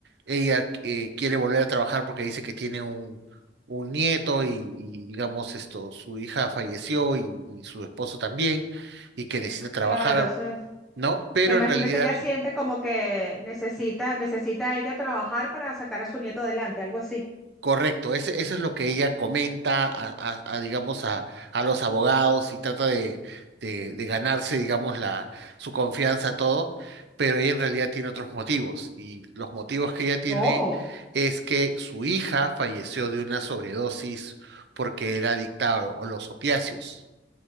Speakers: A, on the right (about 65°); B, in the centre.
A: ella eh, quiere volver a trabajar porque dice que tiene un, un nieto y, y, digamos esto, su hija falleció y, y su esposo también y que necesita trabajar,
B: Claro, entonces
A: ¿no? Pero
B: me imagino
A: en realidad
B: que ella siente como que necesita, necesita ella trabajar para sacar a su nieto adelante, algo así.
A: Correcto, ese- eso es lo que ella comenta a, a- a, digamos, a, a los abogados y trata de, de, de ganarse, digamos, la, su confianza, todo, pero ella en realidad tiene otros motivos y los motivos que ella tiene
B: Oh,
A: es que su hija falleció de una sobredosis porque era adicta a, a los opiáceos,